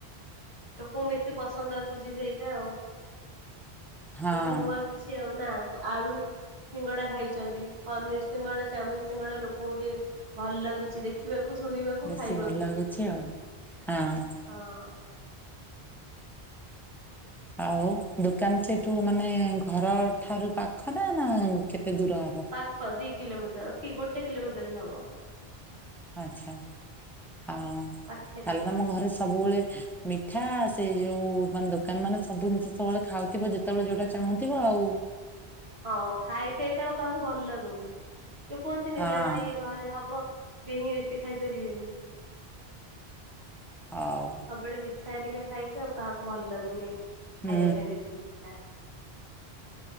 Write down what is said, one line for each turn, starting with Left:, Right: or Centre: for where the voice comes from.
Right: ଲୋକଙ୍କୁ ବେଶୀ ପସନ୍ଦ ଆସୁଛି ସେଇଟା ଆଉ।
Centre: ହଁ
Right: ଗୋଟେ ନୂଆ କିଛି ଆଉ ନା ଆଳୁ ସିଙ୍ଗଡା ଖାଇଛନ୍ତି ପନିର୍ ସିଙ୍ଗଡା ଚାଉମିିନ୍ ସିଙ୍ଗଡା ଲୋକଙ୍କୁ ଟିକେ ଭଲ ଲାଗୁଛି ଦେଖ୍ ଦେଖିବାକୁ ଶୁଣିବାକୁ
Centre: ବେଶୀ
Right: ଖାଇବାକୁ।
Centre: <unintelligible> ହଁ।
Right: ହଁ।
Centre: ଆଉ ଦୋକାନ ସେଠୁ ମାନେ ଘର ଠାରୁ ପାଖ ନା ନା କେତେ ଦୂର ହବ?
Right: ପାଖ ଦି କିଲୋମିଟର କି ଗୋଟେ କିଲୋମିଟର ବି ହବ।
Centre: ଆଚ୍ଛା ହଁ ତାହାଲେ
Right: ପାଖରେ ହିଁ।
Centre: ତମ ଘରେ ସବୁବେଳେ ମିଠା ସେ ଯୋଉ ମାନେ ଦୋକାନ ମାନେ ସବୁ ଜିନିଷ ସବୁବେଳେ ଖାଉଥିବ ଯେତେବେଳେ ଯୋଉଟା ଚାହୁଁଥିବ ଆଉ।
Right: ହଁ ଖାଇ ଖାଇକା ଆଉ କାହାକୁ ଭଲ ଲାଗୁନି, ଯୋଉ କୁହନ୍ତିନି
Centre: ହଁ
Right: ଯାହାରି ଭା ସିଏ ହବ ସିଏ ହିଁ ବେଶୀ ଖାଇପାରିବେନି।
Centre: ଆଉ
Right: ସବୁବେଳେ ମିଠା ଏରିକା ଖାଇକି ଆଉ କାହାକୁ ଭଲ ଲାଗୁନି
Centre: ହୁଁ
Right: ଖାଇବା ପାଇଁ ବେଶୀ ମିଠା।